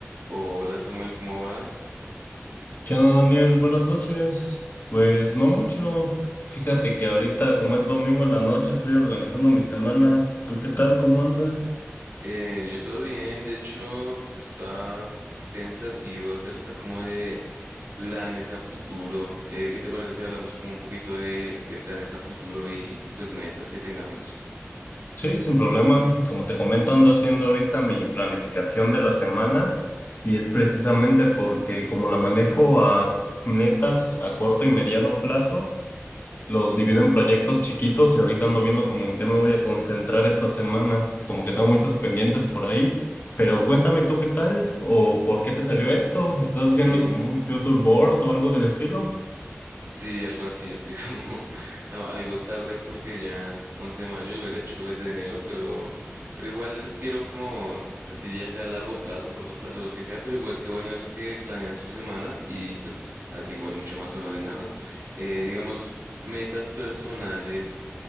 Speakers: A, on the right; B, on the left.
A: Hola Samuel, ¿cómo vas?
B: ¿Qué onda, Daniel? Buenas noches. Pues no mucho. Fíjate que ahorita, como es domingo en la noche, estoy organizando mi semana. ¿Tú qué tal? ¿Cómo andas?
A: Eh, yo todo bien, de hecho estaba pensativo acerca como de planes a futuro. Eh, ¿qué te parece si hablamos como un poquito de, de planes a futuro y, y pues metas que tengamos?
B: Sí, sin problema. Como te comento, ando haciendo ahorita mi planificación de la semana y es precisamente porque como la manejo a metas a corto y mediano plazo, Los divido en proyectos chiquitos y ahorita ando viendo como en qué me voy a concentrar esta semana. Como que tengo muchos pendientes por ahí. Pero cuéntame tú qué tal o por qué te salió esto. ¿Estás haciendo
A: Sí.
B: como un future board o algo del estilo?
A: Sí, algo así, estoy como <laughs> a- algo tarde porque ya es 11 de mayo, lo hubiera hecho desde enero, pero, pero igual quiero como, así ya sea a largo plazo, corto plazo, lo que sea, pero igual que bueno eso que planeas tu semana y pues así igual mucho más ordenado. Eh, digamos, metas personales,